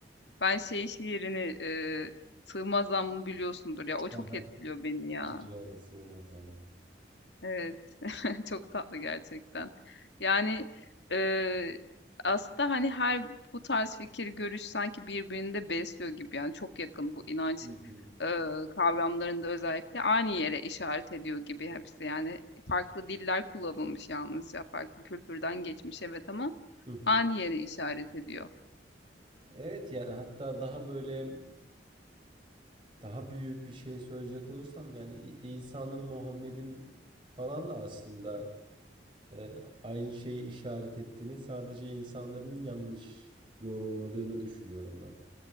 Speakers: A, on the left (about 80°); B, on the right (about 30°).
A: Ben şey şiirini e, Sığmaz Zammı biliyorsundur ya. O çok
B: Aha,
A: etkiliyor beni ya.
B: İki cihana sığmasam.
A: Evet. <laughs> Çok tatlı gerçekten. Yani e, aslında hani her bu tarz fikir, görüş sanki birbirini de besliyor gibi. Yani çok yakın bu inanç
B: Hı hı.
A: eee, kavramlarında özellikle aynı yere işaret ediyor gibi hepsi. Yani farklı diller kullanılmış yalnızca farklı kültürden geçmiş evet ama
B: Hı hı.
A: aynı yere işaret ediyor.
B: Evet yani hatta daha böyle daha büyük bir şey söyleyecek olursam yani İ- İsa'nın Muhammed'in falan da aslında E, aynı şeyi işaret ettiğini sadece insanların yanlış yorumladığını düşünüyorum ben.